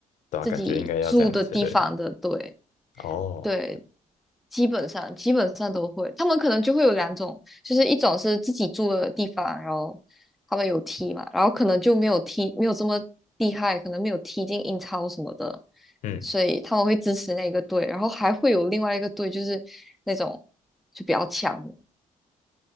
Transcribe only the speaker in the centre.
自己住的地方的队，
对，基本上基本上都会。他们可能就会有两种，就是一种是自己住的地方，然后他们有踢嘛，然后可能就没有踢，没有这么厉害，可能没有踢进英超什么的，
所以他们会支持那个队。然后还会有另外一个队，就是那种就比较强的